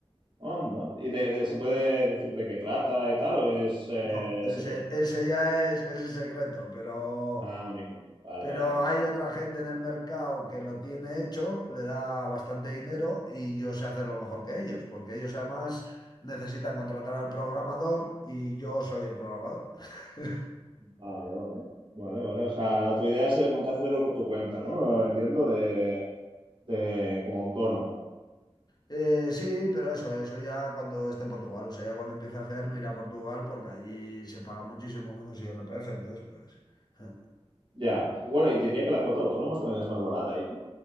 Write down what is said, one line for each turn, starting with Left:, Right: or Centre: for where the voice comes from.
Right: Onda. ¿Y de- de- se puede decir de qué trata y tal o es eh,
Left: No, ese,
Right: secreto?
Left: ese ya es ese es secreto, pero...
Right: Ah, amigo. Vale,
Left: Pero
Right: vale.
Left: hay otra gente en el mercado que lo tiene hecho, le da bastante dinero y yo sé hacerlo mejor que ellos, porque ellos además necesitan contratar al programador y yo soy el programador. <laughs>
Right: Vale, vale. Vale, vale. O sea, tu idea es eh, montártelo por tu cuenta, ¿no? Entiendo, de, de como autónomo.
Left: Eh, sí, pero eso, eso ya cuando esté en Portugal, o sea, ya cuando empiece a hacer me iré a Portugal porque allí se paga muchísimo menos I R P F entonces pues... eh.
Right: Ya. Y Bueno, y diría que la cuota de autónomos también es más barata ahí, ¿no?